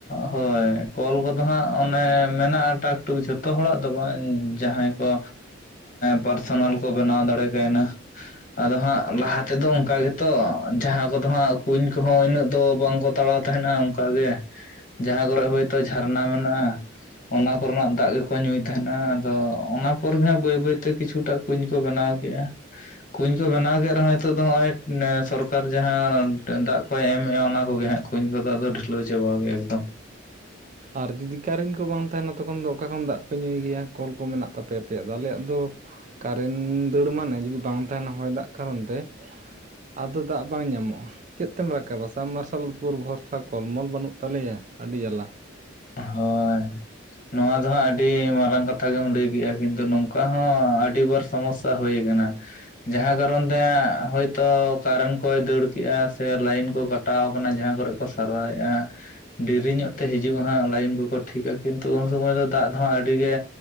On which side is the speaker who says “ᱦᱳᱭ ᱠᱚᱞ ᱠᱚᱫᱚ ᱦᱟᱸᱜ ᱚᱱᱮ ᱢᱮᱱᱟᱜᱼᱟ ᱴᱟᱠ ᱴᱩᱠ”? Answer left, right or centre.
Left